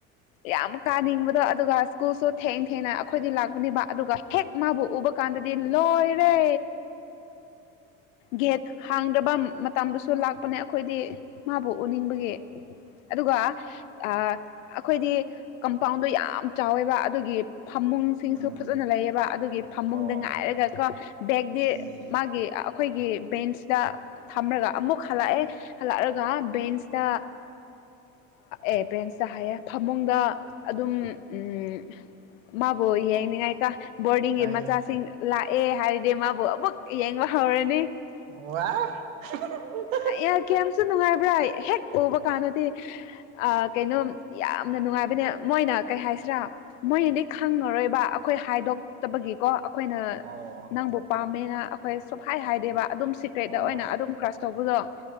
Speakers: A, on the left; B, on the right.
A: ꯌꯥꯝ ꯀꯥꯅꯤꯡꯕꯗꯣ ꯑꯗꯨꯒ ꯁ꯭ꯀꯨꯜꯁꯨ ꯊꯦꯡ ꯊꯦꯡꯅ ꯑꯩꯈꯣꯏꯗꯤ ꯂꯥꯛꯄꯅꯦꯕ ꯑꯗꯨꯒ ꯍꯦꯛ ꯃꯥꯕꯨ ꯎꯕ ꯀꯥꯟꯗꯗꯤ ꯂꯣꯏꯔꯦ ꯒꯦꯠ ꯍꯥꯡꯗꯕ ꯃꯇꯝꯗꯁꯨ ꯂꯥꯛꯄꯅꯦ ꯑꯩꯈꯣꯏꯗꯤ ꯃꯥꯕꯨ ꯎꯅꯤꯡꯕꯒꯤ ꯑꯗꯨꯒ ꯑꯥ ꯑꯩꯈꯣꯏꯗꯤ ꯀꯝꯄꯥꯎꯟꯗꯣ ꯌꯥꯝ ꯆꯥꯎꯋꯦꯕ ꯑꯗꯨꯒꯤ ꯐꯃꯨꯡꯁꯤꯡꯁꯨ
B: ꯎꯝ
A: ꯐꯖꯅ ꯂꯩꯌꯦꯕ ꯑꯗꯨꯒꯤ ꯐꯃꯨꯡꯗ
B: ꯑꯣ
A: ꯉꯥꯏꯔꯒꯀꯣ ꯕꯦꯛꯇꯤ
B: ꯎꯝ
A: ꯃꯥꯒꯤ ꯑꯩꯈꯣꯏꯒꯤ ꯕꯦꯟꯁꯇ ꯊꯝꯔꯒ ꯑꯃꯨꯛ ꯍꯜꯂꯛꯑꯦ ꯍꯜꯂꯛꯑꯒ ꯕꯦꯟꯁ ꯇ ꯑꯦ ꯕꯦꯟꯁꯇ ꯍꯥꯏꯌꯦ ꯐꯃꯨꯡꯗ ꯑꯗꯨꯝ ꯎꯝ ꯃꯥꯕꯨ ꯌꯦꯡꯅꯤꯡꯉꯥꯏꯀ ꯕꯣꯔꯗꯤꯡꯒꯤ
B: ꯑꯩ
A: ꯃꯆꯥꯁꯤꯡ ꯂꯥꯛꯑꯦ ꯍꯥꯏꯔꯗꯤ ꯃꯥꯕꯨ ꯑꯃꯨꯛ ꯌꯦꯡꯕ ꯍꯧꯔꯅꯤ
B: ꯑꯣ <unintelligible>
A: ꯑꯌꯥ ꯀꯌꯥꯝꯁꯨ ꯅꯨꯡꯉꯥꯏꯕ꯭ꯔꯥ ꯍꯦꯛ ꯎꯕ ꯀꯥꯟꯗꯗꯤ ꯑꯁ ꯀꯩꯅꯣꯝ ꯌꯥꯝꯅ ꯅꯨꯡꯉꯥꯏꯕꯅꯦ ꯃꯣꯏꯅ ꯀꯩ ꯍꯥꯏꯁꯤꯔꯥ ꯃꯣꯏꯅꯗꯤ ꯈꯪꯉꯔꯣꯏꯕ ꯑꯩꯈꯣꯏ ꯍꯥꯏꯗꯣꯛꯇꯕꯒꯤꯀꯣ ꯑꯩꯈꯣꯏꯅ
B: ꯑꯣ
A: ꯅꯪꯕꯨ ꯄꯥꯝꯃꯦꯅ ꯑꯩꯈꯣꯏ ꯁꯨꯛꯍꯥꯏ ꯍꯥꯏꯗꯦꯕ ꯑꯗꯨꯝ ꯁꯤꯀ꯭ꯔꯦꯠꯇ
B: ꯑꯣ
A: ꯑꯣꯏꯅ ꯑꯗꯨꯝ ꯀ꯭ꯔꯁ ꯇꯧꯕꯗꯣ